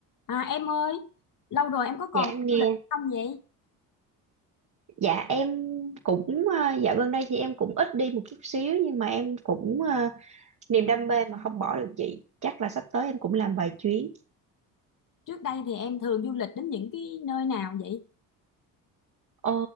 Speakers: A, on the left (about 45°); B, on the right (about 45°).
A: À em ơi, lâu rồi em có còn
B: dạ em
A: đi
B: nghe
A: du lịch không vậy?
B: dạ em cũng ờ, dạo gần đây thì em cũng ít đi một chút xíu nhưng mà em cũng ờ, niềm đam mê mà không bỏ được chị chắc là sắp tới em cũng làm vài chuyến
A: Trước đây thì em thường du lịch đến những cái nơi nào vậy?
B: ờ,